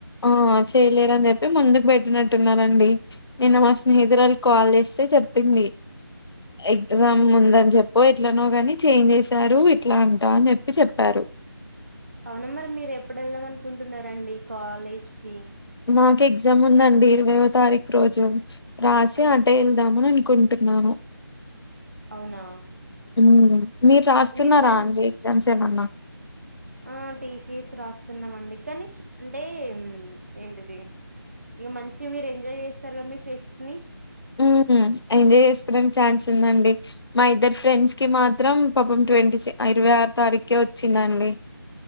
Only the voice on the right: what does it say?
అవున మరి మీరు ఎప్పుడు ఎళ్దాం అనుకుంటున్నారంండి కాలేజ్ కి
అంటే
అవునా
మీరు మన్
ఆ టీసీఎస్ రాస్తున్నాం అండి కానీ అంటే ఏంటిది ఇక మంచి మీరు ఎంజాయ్ చేస్తారు కదా మీ ఫెస్ట్ ని